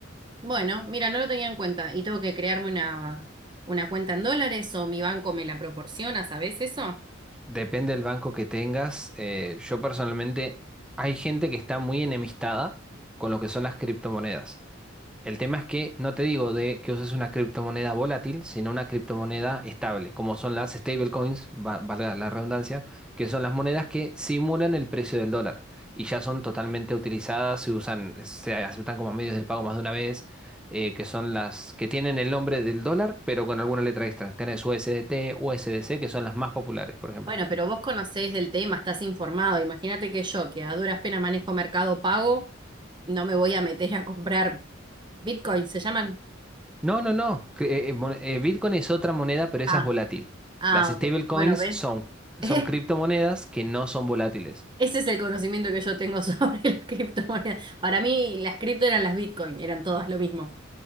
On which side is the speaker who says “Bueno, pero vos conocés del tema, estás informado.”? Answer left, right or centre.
Right